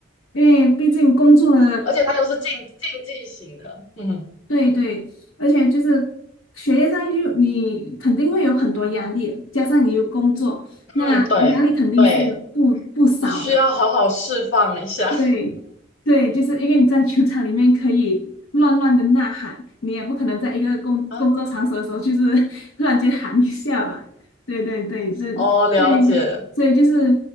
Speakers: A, on the left (about 85°); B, on the left (about 60°).
A: 因为毕竟工作了，
B: 而且他又是竞竞技型的，嗯
A: 对对，而且就是学业上就你肯定会有很多压力，加上你有工作，
B: 嗯，
A: 那压力肯定是不不少的。
B: 对对，需要好好释放一下。
A: 对，对，就是因为你在球场里面可以乱乱的呐喊，你也不可能在一个工工作场所的时候，
B: <laughs>
A: 就是 <laughs> 突然间喊一下吧。对对对，是，
B: 哦，了解。
A: 对，所以就是